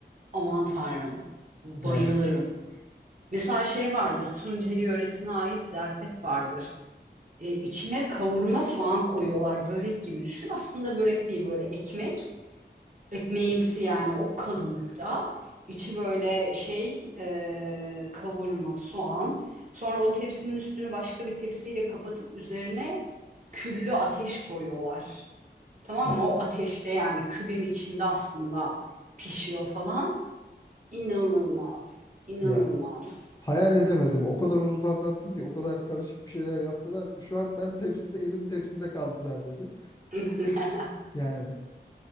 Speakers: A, on the right; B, on the left.
A: Aman Tanrım bayılırım.
B: ya
A: Mesela şey vardır, Tunceli yöresine ait zerfet vardır. E, içine kavurma soğan koyuyorlar, börek gibi düşün. Aslında börek değil, böyle ekmek, ekmeğimsi yani o kalınlıkta. İçi böyle şey, e, kavurma, soğan. Sonra o tepsinin üstünü başka bir tepsiyle kapatıp üzerine küllü ateş koyuyorlar. Tamam
B: ya,
A: mı? O ateşte yani külün içinde aslında pişiyor falan. İnanılmaz, inanılmaz.
B: ya. Hayal edemedim. O kadar uzun anlattın ki o kadar karışık bir şeyler yaptılar ki şu an ben tepside elim tepside kaldı sadece.
A: <laughs>
B: Yani